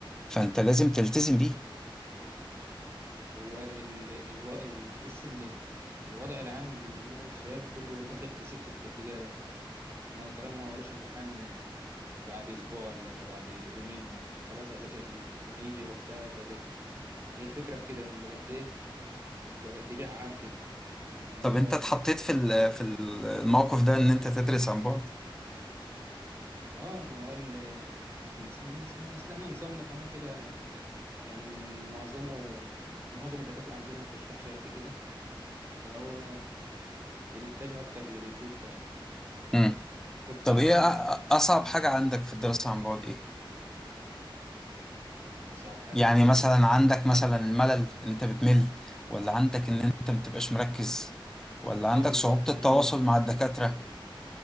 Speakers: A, in the centre; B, on the right (about 25°).
A: فأنت لازم تلتزم بيه
B: هو ال... الو... ال... تحس إن الوضع العام بين معظم الشباب كله داخل في سكة الاتجاه ده أنا طالما ما وريش امتحان بعد أسبوع ولا بعد يومين خلاص هذاكر ليه؟ لما يجي وقتها بذاكر هي الفكرة في كده إن بجد إيه بتبقى اتجاه عام كده اللي هو
A: طب أنت اتحطيت في ال- في الموقف ده إن أنت تدرس عن بعد؟
B: اه ما هو ال- من- من- اصل احنا نظامنا كمان كده يعني معظمه معظم الدكاترة عندنا ما بتشرحش قد كده فهو بنتجه اكتر لليوتيوب فعلا
A: مم.
B: مضطرين
A: طب إيه أ-
B: مش اكتر
A: أصعب
B: مم.
A: حاجة عندك في الدراسة عن بعد إيه؟
B: اصعب حاجة
A: يعني
B: في
A: مثلا
B: من
A: عندك مثلا ملل ان انت بتمل ولا عندك ان انت متبقاش مركز ولا عندك
B: اه بالظبط
A: صعوبة
B: يعني
A: التواصل
B: انت
A: مع الدكاترة